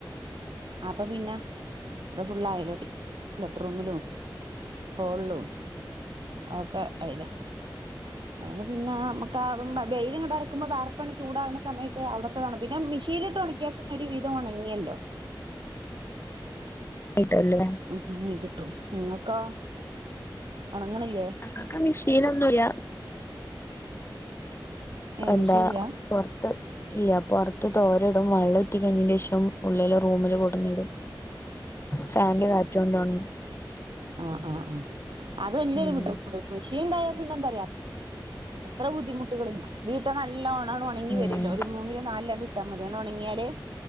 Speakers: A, on the right; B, on the left.
A: അപ്പൊ പിന്നെ ഇവിടെ ഫുള്ളയലെട്ടി ബെഡ്റൂമ്‌ലും ഹോൾളും ഓക്കെ അയ്ലാ അതോണ്ട് പിന്നെ മക്കാ ബെയില്ങ്ങട്ടറക്കുമ്പോ വാർപ്പാണ്ട് ചൂടാക്ന്ന സമയത്ത് അവ്ട്ത്തെതാണ് പിന്നെ മിഷീൻല് ഒൺക്ക്യാ ഒരു വിധം ഒണങ്ങ്യല്ലോ
B: ട്ടല്ലേ
A: ഉം ഒൺങ്ങി കിട്ടും നിങ്ങക്കാേ ഒണെങ്ങ്ണില്ലേ
B: ങ്ങക്ക് മിഷീനൊന്നുല്ലാ
A: ഏ
B: എന്താ
A: മിഷീനില്ല
B: പൊറത്ത് ഇല്ല പുറത്ത് തോരോടും വെള്ള ഒട്ടിക്കഞ്ഞിന്റെഷം ഉള്ളില് റൂമില് കൂടുന്നും ഫാന്റെ കാറ്റ്‌ കൊണ്ടോണങ്ങും
A: ആഹ് ആഹ് ഉം അത് വല്യൊരു
B: ഉം
A: ബുദ്ധിമുട്ട് മെഷീൻ ഉണ്ടായാൽ പിന്നെ എന്ത അറിയാം ഇത്ര ബുദ്ധിമുട്ടുകള് നീൽ ഇപ്പ നല്ലോണം ഒണങ്ങി
B: ഉം
A: വരുഅല്ലോ ഒരു മൂന്നില നാലിലോ ഇട്ടാൽ മതിയാണ് അണ്ട് ഒണങ്ങിയാല്